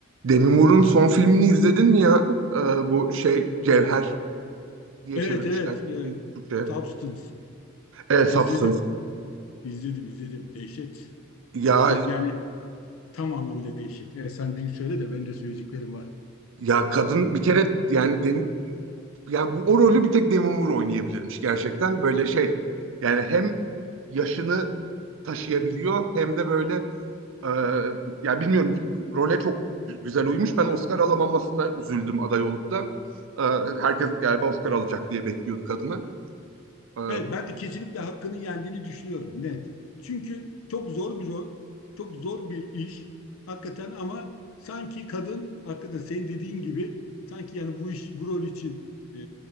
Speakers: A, on the right (about 65°); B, on the left (about 85°).
A: Demi Moore'un son filmini izledin mi ya? Ee, bu şey Cevher diye
B: Evet
A: çevirmişler
B: evet.
A: Türkiye,
B: E,
A: Türkçe'ye.
B: Substance.
A: Evet, Substance.
B: İzledim. İzledim izledim. Dehşet.
A: Ya
B: Dehşet. Yani tam anlamıyla dehşet. Evet sen bir söyle de ben de söyleyeceklerim var.
A: ya kadın bir kere yani Demi, yani bu o rolü bir tek Demi Moore oynayabilirmiş gerçekten. Böyle şey yani hem yaşını taşıyabiliyor hem de böyle e, ya bilmiyorum role çok gü- güzel uymuş. Ben Oscar alamamasına üzüldüm aday olup da. Ee, herkes galiba Oscar alacak diye bekliyordu kadını. E,
B: Evet, ben de kesinlikle hakkının yendiğini düşünüyorum net. Çünkü çok zor bir rol, çok zor bir iş hakikaten ama sanki kadın hakikaten senin dediğin gibi sanki yani bu iş bu rol için e,